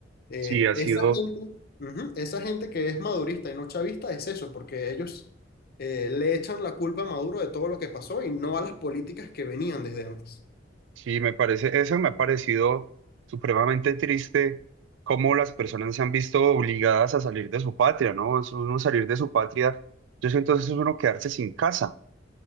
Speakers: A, on the left; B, on the right.
A: Eh,
B: Sí, ha
A: esa
B: sido
A: gente, ujú, esa gente que es madurista y no chavista es eso, porque ellos eh, le echan la culpa a Maduro de todo lo que pasó y no a las políticas que venían desde antes.
B: Sí, me parece, eso me ha parecido supremamente triste, cómo las personas se han visto obligadas a salir de su patria, ¿no? Es uno salir de su patria, yo siento que es uno quedarse sin casa,